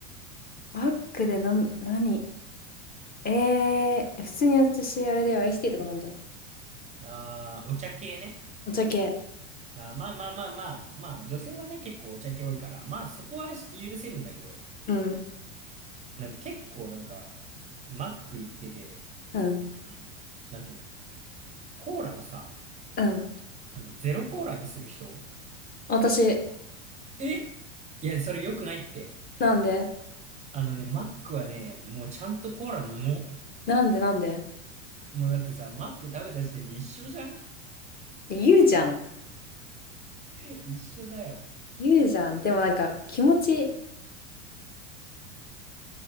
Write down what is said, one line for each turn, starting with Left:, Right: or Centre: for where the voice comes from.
Left: マックで飲む、何えー、普通に私あれだよ、アイスティーとか飲んじゃう。
Right: ああー、お茶系ね。
Left: お茶系。
Right: あーまあまあまあまあ、まあ、女性はね、結構お茶系多いから、まあそこは許せるんだけど、
Left: うん、
Right: なんか結構なんか、マック行ってて、
Left: うん、
Right: あのなんていうのコーラをさ、
Left: うん。
Right: あの、ゼロコーラにする人
Left: 私、
Right: えいや、それ良くないって。
Left: なんで
Right: あのね、マックはね、もうちゃんとコーラ飲も
Left: なんでなんで
Right: う。もうだってさ、マック食べた時点で一緒じゃん
Left: え言うじゃん。
Right: <laughs> 一緒だよ。
Left: 言うじゃん。でもなんか気持ち、